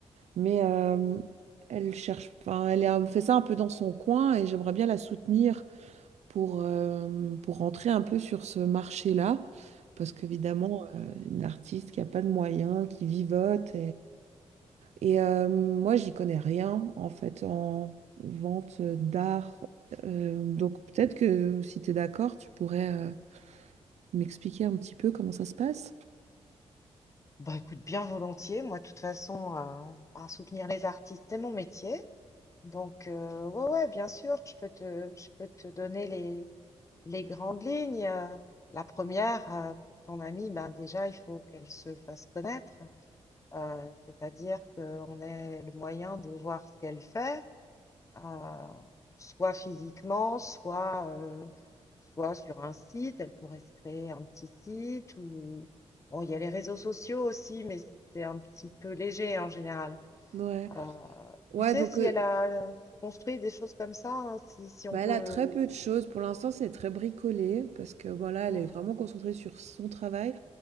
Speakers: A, on the right; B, on the left.
A: Mais euh, elle cherche, enfin, elle est fait ça un peu dans son coin et j'aimerais bien la soutenir pour, euh, pour rentrer un peu sur ce marché-là. Parce qu'évidemment, euh, une artiste qui n'a pas de moyens, qui vivote, et euh, moi, j'y connais rien en fait en vente d'art. Euh, donc peut-être que si tu es d'accord, tu pourrais euh, m'expliquer un petit peu comment ça se passe.
B: Bah écoute, bien volontiers. Moi, de toute façon, euh, à soutenir les artistes, c'est mon métier. Donc, euh, ouais, ouais, bien sûr, je peux te, je peux te donner les, les grandes lignes. Euh, La première, euh, pour ton amie, ben déjà, il faut qu'elle se fasse connaître. Euh, c'est-à-dire qu'on ait le moyen de voir ce qu'elle fait, euh, soit physiquement, soit, euh, soit sur un site. Elle pourrait se créer un petit site ou bon, il y a les réseaux sociaux aussi, mais c'est un petit peu léger en général.
A: Ouais,
B: Euh,
A: ouais,
B: tu sais
A: donc
B: si
A: euh,
B: elle a construit des choses comme ça, hein, si, si on
A: bah,
B: peut.
A: elle a très peu de choses. Pour l'instant, c'est très bricolé parce que bon, là,
B: Hmm,
A: elle est vraiment concentrée sur son travail.